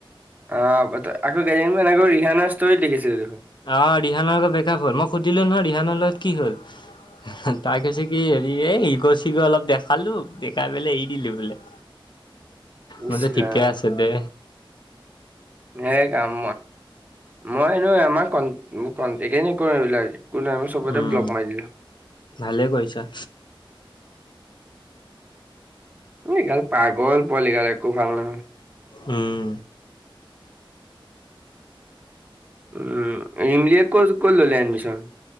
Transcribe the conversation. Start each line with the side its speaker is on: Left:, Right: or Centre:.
Right: অ, আকৌ কেইদিনমান আকৌ ৰিহানৰ ষ্টৰিত দেখিছিলো। দেখোন
Left: অ, ৰিহানৰ লগত ব্ৰেকআপ হল মই সুধিলো নহয় ৰিহানৰ লগত কি হল তাই কৈ কি হেৰি এ শিগ চিগৰ অলপ দেখালো দেখাই পেললে এৰি দিলো বোলে।
Right: ইচ
Left: মোৰ যে
Right: ৰাম
Left: ঠিকে আছে দে।
Right: সেই কাম মই এনে আমাৰ কন কণ্টক ই নকৰো এইবিল সম সব
Left: উম
Right: ব্লক মাৰ দিলো।
Left: ভালে কৰিছ।
Right: এই গাল পাগল পোৱালী গাল একো ভাল নহয়।
Left: উম,
Right: উম, ৰিমলিয়ীয়েে ক' কল ল এডমিচন?